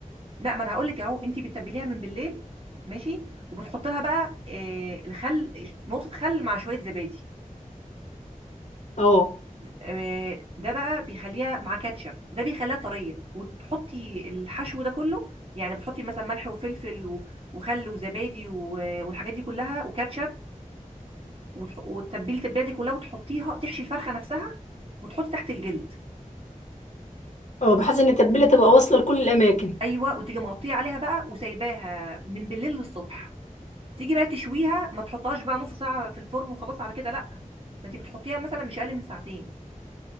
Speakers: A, on the right (about 40°); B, on the left (about 60°).
A: لا ما انا هقول لك اهو انت بتتبليها من بالليل ماشي وبتحط لها بقى آه الخل نقطه خل مع شويه زبادي
B: اه
A: آه ده بقى بيخليها مع كاتشب ده بيخليها طريه وتحطي الحشو ده كله يعني بتحطي مثلا ملح وفلفل و- وخل وزبادي و- والحاجات دي كلها وكاتشب وتح- وتتبلي التتبيله دي كلها وتحطيها تحشي الفرخه نفسها وتحطي تحت الجلد
B: اه بحس ان التتبيلة تبقى واصلة لكل الاماكن
A: ايوه وتيجي مغطيه عليها بقى وسايباها من بالليل للصبح تيجي بقى تشويها ما تحطهاش بقى نص ساعه في الفرن وخلاص على كده لا انت بتحطيها مثلا مش اقل من ساعتين